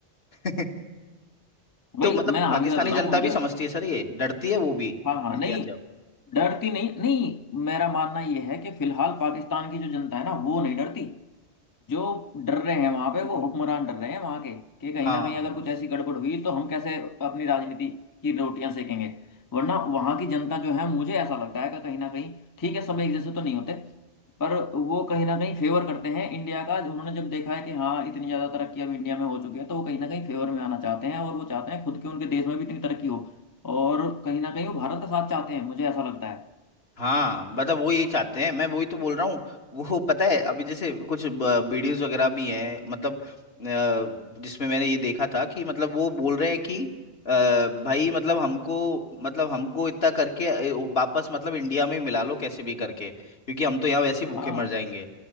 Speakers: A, on the left (about 60°); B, on the left (about 25°).
A: <laughs>
B: भाई
A: तो मतलब
B: मैं आगे
A: पाकिस्तानी
B: का बताऊं
A: जनता भी
B: जो
A: समझती है सर ये डरती है वो भी
B: हाँ हाँ
A: इंडिया
B: नहीं
A: से अब
B: डरती नहीं नहीं मेरा मानना ये है कि फिलहाल पाकिस्तान की जो जनता है ना वो नहीं डरती जो डर रहे हैं वहां पे वो हुक्मरान डर रहे हैं वहां के कि कहीं
A: हाँ
B: ना कहीं अगर कुछ ऐसी गड़बड़ हुई तो हम कैसे अपनी राजनीति की रोटियां सेकेंगे वरना वहां की जनता जो है मुझे ऐसा लगता है कि कहीं ना कहीं ठीक है सब एक जैसे तो नहीं होते पर वो कहीं ना कहीं फेवर करते हैं इंडिया का उन्होंने जब देखा है कि हाँ इतनी ज्यादा तरक्की अब इंडिया में हो चुकी है तो वो कहीं ना कहीं फेवर में आना चाहते हैं और वो चाहते हैं खुद के उनके देश में भी इतनी तरक्की हो और कहीं ना कहीं वो भारत का साथ चाहते हैं मुझे ऐसा लगता है
A: हाँ मतलब वो ये चाहते हैं मैं वही तो बोल रहा हूँ वो पता है अभी जैसे कुछ वीडियोस वगैरह भी हैं मतलब अ, जिसमें मैंने ये देखा था कि मतलब वो बोल रहे हैं कि अ, भाई मतलब हमको मतलब हमको इतना करके अ, वापस मतलब इंडिया में ही मिला लो कैसे भी करके क्योंकि हम तो यहाँ वैसे ही भूखे
B: हाँ
A: मर जाएंगे